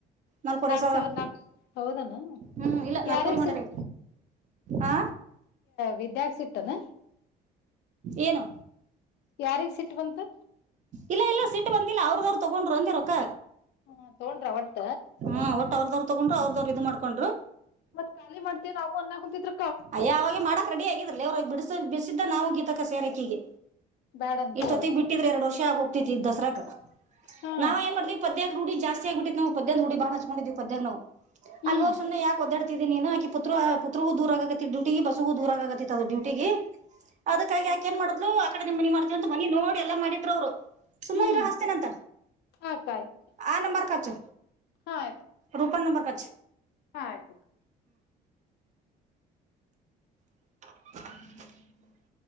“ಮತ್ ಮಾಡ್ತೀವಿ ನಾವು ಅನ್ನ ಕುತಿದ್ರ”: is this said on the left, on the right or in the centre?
Left